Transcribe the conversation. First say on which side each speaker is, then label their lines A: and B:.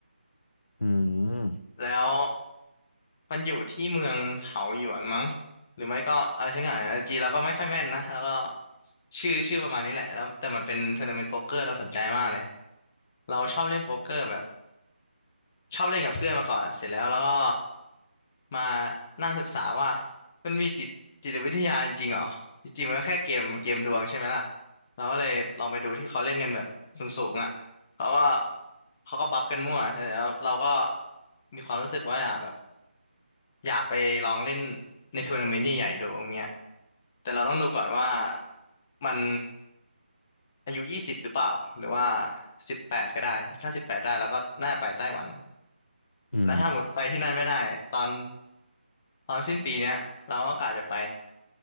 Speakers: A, on the left; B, on the left.
A: อืม
B: แล้วมันอยู่ที่เมืองเถาหยวนมั้งหรือไม่ก็อะไรสักอย่างเนี่ยจีนเราก็ไม่ค่อยแม่นนะแล้วก็ชื่อชื่อประมาณนี้แหละแล้วแต่มันเป็นทัวร์นาเมนต์โป๊กเกอร์เราสนใจมากเลยเราชอบเล่นโป๊กเกอร์แบบ ชอบเล่นกับเพื่อนมาก่อนเสร็จแล้วแล้วก็มานั่งศึกษาว่ามันมีจิตจิตวิทยาจริงๆเหรอจริงๆมันก็แค่เกมเกมดวงใช่ไหมล่ะเราก็เลยลองไปดูที่เขาเล่นกันแบบสูงๆอ่ะเขาก็เขาก็บัฟกันมั่วเสร็จแล้วเราก็มีความรู้สึกว่าอยากแบบอยากไปลองเล่นในทัวร์นาเมนต์ใหญ่ๆดูอย่างเงี้ยแต่เราต้องดูก่อนว่ามันอายุยี่สิบหรือเปล่าหรือว่าสิบแปดก็ได้ถ้าสิบแปดได้เราก็น่าไปไต้หวัน
A: อืม
B: แล้วถ้าหมดไปที่นั่นไม่ได้ตอนตอนสิ้นปีเนี้ยเราก็กะจะไป